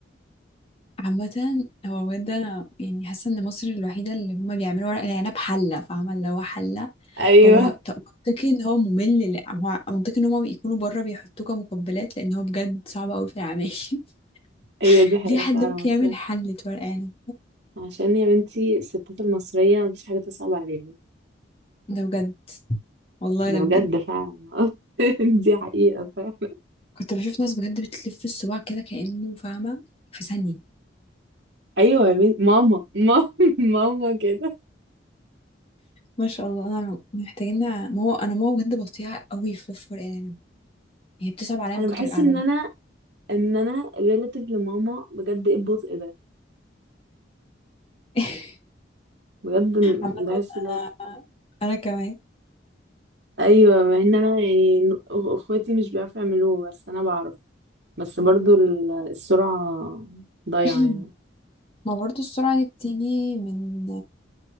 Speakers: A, on the left (about 30°); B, on the right (about 65°).
A: عامة هو بجد أنا يعني حاسة إن مصر الوحيدة اللي هما بيعملوا ورق العنب حلة فاهمة اللي هو حلة
B: أيوه
A: هو ط- منطقي إن هو ممل لأ هو منطقي إن هما بيكونوا بره بيحطوه كمقبلات لأن هو بجد صعب أوي في العمايل <laughs>
B: <laughs> أيوه دي حقيقة
A: ليه حد
B: فعلا
A: ممكن
B: بس
A: يعمل حلة ورق عنب
B: عشان يا بنتي الستات المصرية مفيش حاجة تصعب عليهم
A: ده بجد والله
B: ده
A: ده
B: بجد
A: بجد
B: فعلا <laughs> دي حقيقة فعلا
A: كنت بشوف ناس بجد بتلف الصباع كده كأنه فاهمة في ثانية
B: أيوه يا بنتي ماما ماما <laughs> ماما كده
A: ما شاء الله انا محتاجين نع- ما هو انا ماما بجد بطيئه قوي في الفرقان هي بتصعب عليا
B: أنا
A: من كتر
B: بحس
A: القعده
B: إن أنا إن أنا ريلاتيف لماما بجد إيه البطء ده
A: <laughs>
B: بجد م-
A: عامه
B: بحس
A: انا
B: اللي هو
A: انا كمان
B: ايوه مع ان انا يعني ن- أخ- اخواتي مش بيعرفوا يعملوه بس انا بعرف بس برضو ال- السرعه ضايعه
A: <clears throat>
B: يعني
A: ما برضو السرعه دي بتيجي من